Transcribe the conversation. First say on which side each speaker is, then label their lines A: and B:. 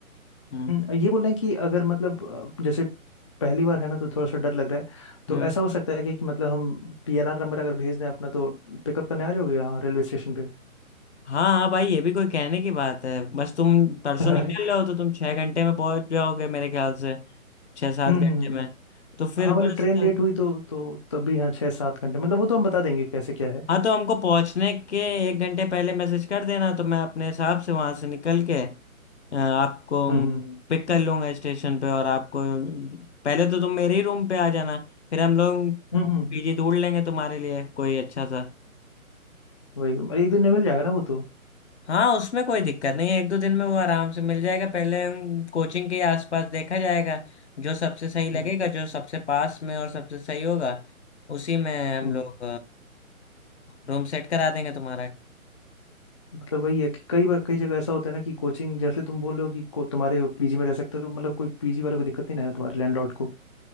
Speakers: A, on the left (about 50°); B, on the left (about 20°).
A: हम्म
B: हम्म, ये बोल रहे हैं कि अगर मतलब अ, जैसे पहली बार है ना तो थोड़ा सा डर लग रहा है तो
A: हम्म
B: ऐसा हो सकता है कि, कि मतलब हम पीएनआर नंबर अगर भेज दें अपना तो पिकअप करने आ जाओगे यहाँ रेलवे स्टेशन पे
A: हाँ हाँ भाई ये भी कोई कहने की बात है बस तुम परसों
B: <laughs> अरे
A: निकल रहे हो तो तुम छह घंटे में पहुंच जाओगे मेरे ख्याल से छह सात
B: हम्म
A: घंटे
B: हम्म, हम्म।
A: में तो फिर
B: हाँ मतलब
A: बस
B: ट्रेन लेट हुई तो तो तब भी हाँ छः सात घंटे मतलब वो तो हम बता देंगे कैसे क्या है
A: हाँ तो हमको पहुंचने के एक घंटे पहले मैसेज कर देना तो मैं अपने हिसाब से वहां से निकल के अ, आपको
B: हम्म हम्म
A: पिक कर लूंगा स्टेशन पे और आपको पहले तो तुम मेरे ही रूम पे आ जाना फिर हम लोग
B: हम्म
A: पीजी
B: हम्म,
A: ढूंढ लेंगे तुम्हारे लिए कोई अच्छा सा
B: वही वही। मतलब एक दिन में मिल जाएगा ना वो तो
A: हाँ उसमें कोई दिक्कत नहीं है एक दो दिन में वो आराम से मिल जाएगा पहले हम कोचिंग के आसपास देखा जाएगा जो सबसे सही लगेगा
B: हम्म
A: जो सबसे पास में और सबसे सही होगा उसी में हम
B: हम्म
A: लोग रूम सेट करा देंगे तुम्हारा
B: मतलब वही है कि कई बार कई जगह ऐसा होता है ना कि कोचिंग जैसे तुम बोल रहे हो कि को, तुम्हारे पीजी में रह सकते हो तो मतलब कोई पीजी वाले को दिक्कत नहीं ना है तुम्हारे लैंडलॉर्ड को